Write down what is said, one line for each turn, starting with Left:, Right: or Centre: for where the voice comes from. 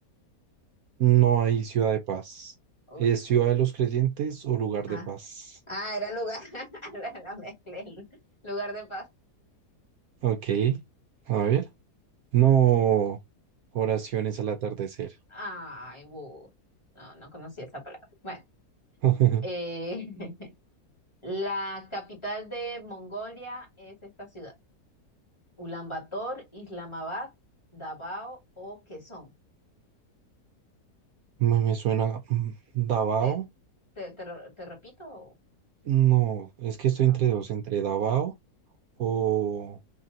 Right: No hay ciudad de paz.
Left: Uy.
Right: ¿Es ciudad de los creyentes o lugar
Left: Ah,
Right: de paz?
Left: ah, era lugar, <laughs> la, la mezclé, lugar de paz.
Right: Ok, a ver. No, oraciones al atardecer.
Left: Ay, bu. No, no conocía esa palabra. Bueno,
Right: <laughs>
Left: eh, <laughs> la capital de Mongolia es esta ciudad. Ulaanbaatar, Islamabad, Davao o Quezón.
Right: Me, me suena mm, Davao.
Left: Te, te, te, re- te repito
Right: No, es que estoy
Left: ah,
Right: entre dos, entre Davao o